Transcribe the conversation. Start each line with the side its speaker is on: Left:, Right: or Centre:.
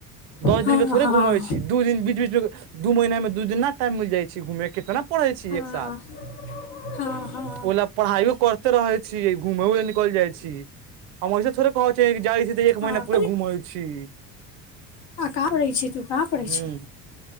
Right: दस
Left: हँ
Right: दिन के थोड़े
Left: हँ
Right: घूमै छी
Left: हँ
Right: दू दिन बीच बीच मे दू महिना मे दू दिना टाइम मिल जाइ छै घूमे के केतना पढ़ै छी
Left: हँ
Right: एक साल
Left: हँ
Right: ओला पढ़ाइयो करते रहे छी घूमेय ले निकल जाइ छी हम वहिस थोड़े पहुच जाइ छी तऽ एक
Left: हँ
Right: महीना पूरा घूमै छी
Left: हां कहां पढ़ाई छि तु कहां पढ़य
Right: ह
Left: छि